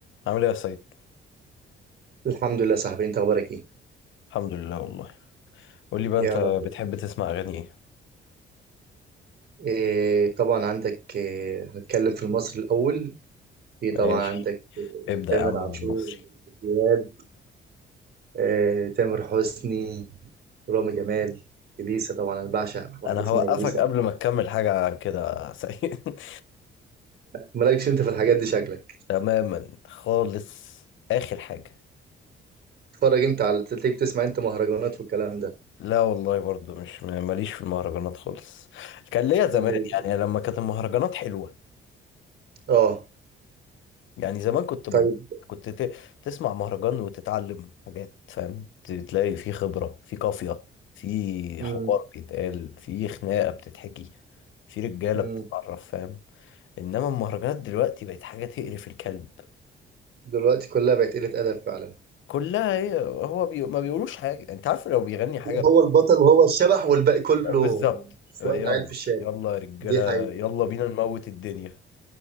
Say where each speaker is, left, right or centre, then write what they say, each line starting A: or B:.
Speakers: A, on the left; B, on the right.
A: عامل ايه يا سيد؟
B: الحمد لله صاحبي انت اخبارك ايه
A: الحمد لله والله قول لي بقى
B: يا
A: انت بتحب
B: رب
A: تسمع اغاني ايه؟
B: إيه طبعا عندك إيه هتكلم في المصري الاول في طبعا
A: ماشي
B: عندك إيه
A: ابدأ
B: تامر
A: يا عم
B: عاشور
A: بالمصري
B: عمرو دياب إيه تامر حسني رامي جمال اليسا طبعا انا بعشق واحده
A: انا
B: اسمها
A: هوقفك
B: اليسا
A: قبل ما تكمل حاجة عن كده يا سيد
B: مالكش انت في الحاجات دي شكلك
A: <laughs> تماما خالص اخر حاجة
B: تتفرج انت على تلاقيك بتسمع انت مهرجانات والكلام ده
A: لا والله برضو مش ماليش في المهرجانات خالص كان ليا زمان
B: امال بتت-
A: يعني لما كانت المهرجانات حلوة
B: اه
A: يعني زمان كنت
B: طيب
A: بب... كنت ت... تسمع مهرجان وتتعلم حاجات فاهم ت- تلاقي في خبرة في قافية في
B: مم.
A: حوار بيتقال في خناقة بتتحكي في رجالة
B: مم.
A: بتتعرف فاهم انما المهرجانات دلوقتي بقت حاجة تقرف الكلب
B: دلوقتي كلها بقت قلة ادب فعلا
A: كلها هي هو بي... ما بيقولوش حاجة انت عارف لو بيغني حاجة
B: هو البطل وهو الشبح والباقي كله
A: بالظبط
B: شويه
A: يلا
B: عيال في الشارع
A: يلا يا رجالة
B: دي حقيقة
A: يلا بينا نموت الدنيا